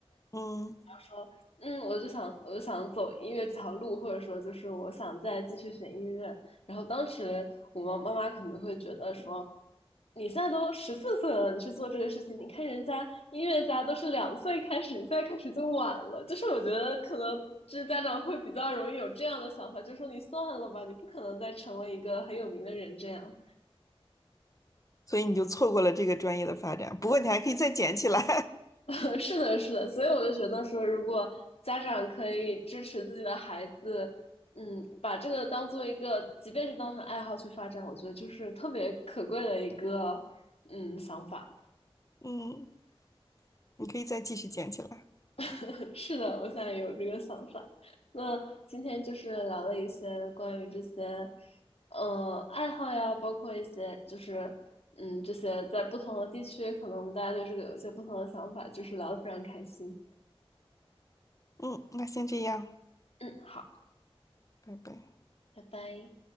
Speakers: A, on the left; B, on the left.
A: 嗯。
B: 说，嗯，我就想，我就想走音乐这条路，或者说就是我想再继续学音乐。然后当时我妈妈妈可能会觉得说，你现在都十四岁了，你去做这个事情，你看人家音乐家都是两岁开始，你现在开始就晚了。就是我觉得可能就是家长会比较容易有这样的想法，就说你算了吧，你不可能再成为一个很有名的人这样。
A: 所以你就错过了这个专业的发展。不过你还可以再捡起来，
B: <laughs> 是的，是的，所以我就觉得说，如果家长可以支持自己的孩子，嗯，把这个当做一个，即便是当成爱好去发展，我觉得就是特别可贵的一个，嗯，想法。
A: <laughs> 嗯，你可以再继续捡起来，
B: <laughs> 是的，我现在有这个想法。那今天就是聊了一些关于这些，呃，爱好呀，包括一些就是，嗯，这些在不同的地区，可能我们大家对这个有一些不同的想法，就是聊的非常开心。
A: 嗯，那先这样，
B: 嗯，好，
A: 拜拜。
B: 拜拜。